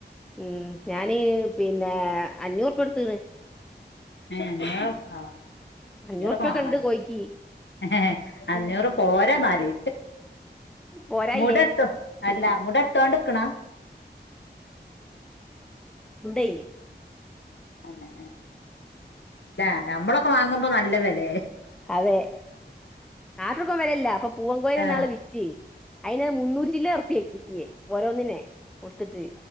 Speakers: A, in the centre; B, on the left (about 85°).
A: ഉം ഞാന് പിന്നെ അഞ്ഞൂറ്പ്യകൊടുത്ത്ണ്
B: ഏ <unintelligible>
A: അഞ്ഞൂറുപ്യൊക്കെ
B: അഞ്ഞൂറൊക്കെവാണല്ലേ
A: ഉണ്ട് കോഴിക്ക്
B: ഏ അഞ്ഞൂറ് പോരാന്നാല്
A: പോരായിയേ
B: മുട ഇട്ടു അല്ല മുട ഇട്ടോണ്ട്ക്ക്ണാ
A: എയ്
B: തന്നെ ആ നമ്മളേ <unintelligible> വാങ്ങുമ്പോ നല്ല വിലേ
A: അതെ <unintelligible> വെലേല്ല അപ്പൊ പൂവൻ കോയീനന്നാള്
B: ആ
A: വിറ്റ് അയിന് മുന്നൂറ്റിചില്ലാഉറുപ്പിയെ കിട്ടിയേ ഓരോന്നിനെ കൊടുത്തിട്ട്